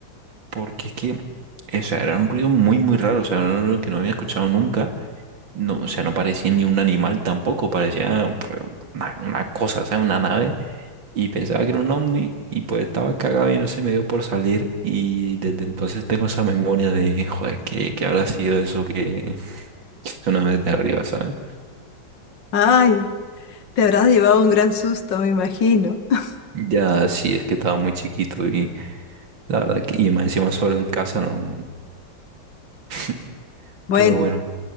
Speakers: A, on the right (about 75°); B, on the left (about 65°).
A: porque es que o sea, era un ruido muy muy raro, o sea, un ruido que no había escuchado nunca no, o sea, no parecía ni un animal tampoco, parecía pues, una, una cosa, ¿sabes? Una nave. Y pensaba que era un ovni y pues estaba cagado y no se me dio por salir. Y desde entonces tengo esa memoria de, joder, ¿qué, qué habrá sido eso que que es una vez de arriba, ¿sabes?
B: Ay, te habrás llevado un gran susto, me imagino. <laughs>
A: Ya sí, es que estaba muy chiquito y la verdad que, y más encima solo en casa no. <laughs>
B: Bueno.
A: Pero bueno,